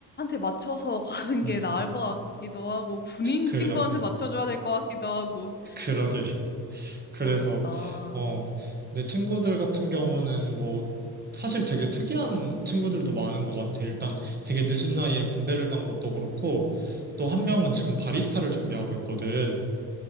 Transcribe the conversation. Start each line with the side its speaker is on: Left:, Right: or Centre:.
Left: 맞춰서 가는
Right: 음.
Left: 게 나을 것 같기도 하고, 군인
Right: 그러게,
Left: 친구한테 맞춰줘야 될 것 같기도 하고.
Right: 그러게. 그래서,
Left: 어렵다.
Right: 어, 내 친구들 같은 경우는 뭐, 사실 되게 특이한 친구들도 많은 것 같아. 일단 되게 늦은 나이에 군대를 간 것도 그렇고, 또 한
Left: 음.
Right: 명은 지금 바리스타를 준비하고 있거든.